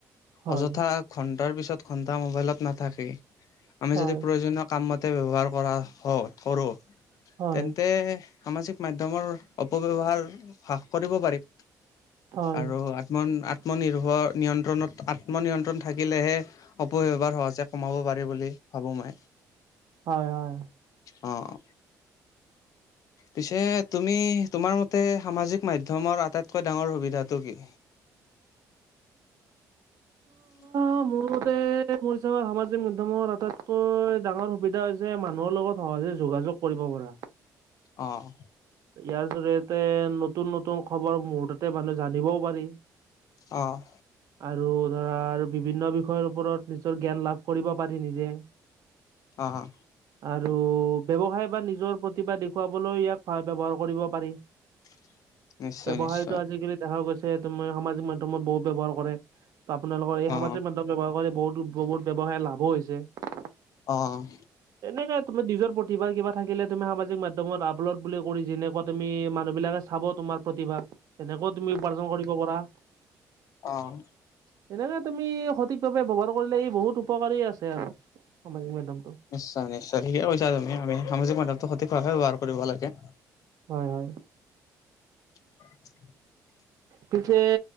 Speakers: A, on the right; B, on the left.
A: হয়,
B: অযথা ঘন্টাৰ পিছত ঘন্টা মোবাইলত নাথাকে। আমি
A: হয়,
B: যদি প্ৰয়োজনীয়- কাম মতে ব্যৱহাৰ কৰা হ ধৰো,
A: হয়,
B: তেন্তে সামাজিক মাধ্যম- ধ্যমৰ অপব্যৱহাৰ হ্ৰাস কৰিব পাৰিম।
A: হয়,
B: আৰু- মন আত্মনিৰ্ভৰ নিয়ন্ত্ৰণত আত্মনিয়ন্ত্ৰণ থাকিলেহে- অপব্যৱহাৰ সহজে কমাব পাৰি বুলি ভাবো মই।
A: হয়, হয়।
B: অঁ, পিছে- তুমি তোমাৰ মতে সামাজিক মাধ্যমৰ আটাইতকৈ ডাঙৰ সুবিধাটো কি? <unintelligible>
A: অঁ' মোৰতে মোৰ হিচাপত সামাজিক মাধ্যমৰ আটাইতকৈ ডাঙৰ সুবিধা হৈছে মানুহৰ লগত- সহজে যোগাযোগ কৰিব পৰা।
B: অঁ'
A: ইয়াৰ জৰিয়তে নতুন নতুন খবৰ মুহুৰ্ততে মানুহে জানিবও পাৰি।
B: অঁ'
A: আৰু- ধৰা আৰু বিভিন্ন বিষয়ৰ ওপৰত নিজৰ জ্ঞান লাভ কৰিব পাৰি নিজে।
B: অঁ'
A: আৰু ব্যৱসায় বা নিজৰ প্ৰতিভা দেখুৱাবলৈ ইয়াক ভাল ব্যৱহাৰ কৰিব পাৰি।
B: <inaudible>
A: ব্যৱসায়টো
B: নিশ্চয়
A: আজিকালি দেখা গৈছে ত' মানে সামাজিক মাধ্যমত বহুত ব্যৱহাৰ কৰে। ত আপোনালোকৰ এই সামাজিক
B: অ
A: মাধ্যম ব্যৱহাৰ কৰি বহুতো বহুত ব্যয়ৱসায় লাভো হৈছে।
B: অঁ'।
A: তেনেকে তুমি নিজৰ প্ৰতিভাৰ কিবা থাকিলে তুমি সামাজিক মাধ্যমত আপলোড বুলি কৰি যেনেকুৱা তুমি মানুহ বিলাকে- চাব তোমাৰ প্ৰতিভা তেনেকৈও তুমি উপাৰ্জন কৰিব পাৰা।
B: অঁ'
A: সেনেকে তুমি সঠিকভাৱে ব্যৱহাৰ কৰিলে এই বহুত উপকাৰী আছে আৰু সামাজিক মাধ্যমটো।
B: নিশ্চয় নিশ্চয়। ঠিকে কৈছা তুমি, আমি সামাজিক মাধ্যমটো সঠিকভাৱে ব্যৱহাৰ কৰিব লাগে।
A: হয়, হয়
B: <unintelligible>
A: পিছে